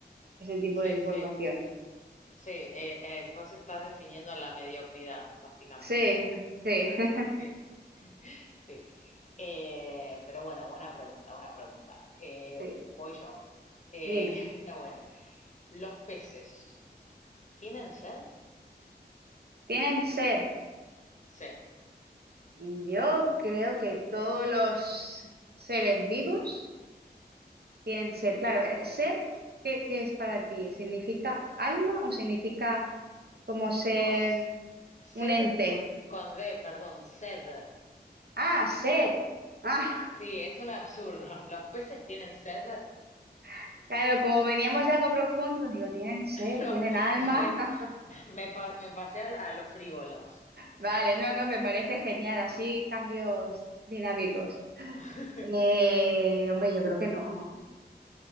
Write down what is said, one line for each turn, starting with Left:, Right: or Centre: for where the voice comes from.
Right: ese tipo de
Left: Sí,
Right: información.
Left: sí, sí, eh, eh, vos estás definiendo la mediocridad, básicamente.
Right: Sí, sí, <laughs>
Left: <laughs> Sí. Sí, Eh, pero bueno, buena pregunta, buena pregunta. Eh,
Right: sí.
Left: voy yo. Eh,
Right: Dime,
Left: <laughs> está buena. ¿Los peces tienen sed?
Right: ¿tienen ser?
Left: Sí.
Right: Yo creo que todos los seres vivos tienen ser, claro. eh, ¿Ser qué, qué es para ti? ¿Significa alma o significa como ser
Left: No, s-
Right: un
Left: sed
Right: ente?
Left: con, con D, perdón, sed.
Right: Ah, ser. Ah,
Left: Sí, es un absurdo. <laughs> ¿Los peces tienen sed? <laughs>
Right: <laughs> claro, como veníamos de algo profundo, digo, tienen ser,
Left: No,
Right: tienen alma.
Left: me,
Right: <laughs>
Left: me, pa- me pasé al- a lo frívolo.
Right: Vale, no, no, me parece genial, así cambios dinámicos.
Left: <laughs>
Right: Eh, hombre, yo creo que no, no.